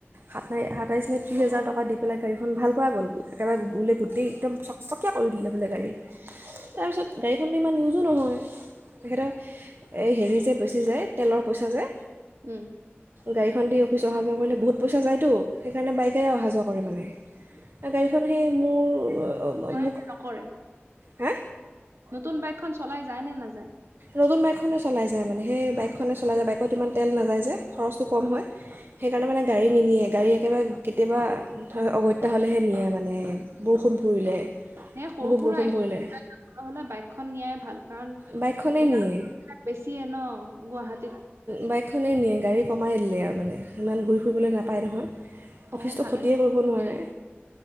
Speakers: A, on the right; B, on the right.
A: সাতাই সাতাইছ নে ত্ৰিছ হাজাৰ
B: কৰা,
A: টকা দি পেলাই গাড়ীখন ভাল কৰা গ'ল একেবাৰে বোলে গোটেই একদম চকচকীয়া কৰি দিলে বোলে গাড়ী, তাৰপিছত গাড়ীখনতো ইমান ইউজো নহয় তেখেতৰ এই হেৰি যে বেচি যায় তেলৰ পইচা যে
B: উম
A: গাড়ীখন দি অফিচ অহা যোৱা কৰিলে বহুত পইচা যায়তো সেইকাৰণে বাইকেৰে অহা যোৱা কৰে মানে। গাড়ীখন সেই মোৰ
B: কৰে
A: মোক
B: নে নকৰে?
A: হা
B: নতুন বাইকখন চলাই যায় নে নাযায়?
A: নতুন বাইকখনে চলাই যায় মানে সেই বাইকখনে চলাই যায় বাইকত ইমান তেল নাযায় যে, খৰচটো কম হয়। সেইকাৰণে মানে গাড়ী নিনিয়ে গাড়ী একেবাৰে কেতিয়াবা অগত্যা হ'লেহে নিয়ে মানে বৰষুণ পৰিলে।
B: এ সৰু
A: বহুত
B: সুৰা
A: বৰষুণ
B: জেগাত
A: পৰিলে
B: যাবলৈ হ'লে বাইকখন নিয়াই ভাল কাৰণ
A: বাইকখনেই
B: এ
A: নিয়ে
B: যাম বিলাক বেছিয়ে ন গুৱাহাটী
A: বাইকখনেই নিয়ে গাড়ী কমাই দিলে আৰু মানে ইমান ঘূৰি ফুৰিবলৈ নাপায় নহয়। অফিচটো
B: অ', ভালে
A: খটীয়ে কৰিব নোৱাৰে,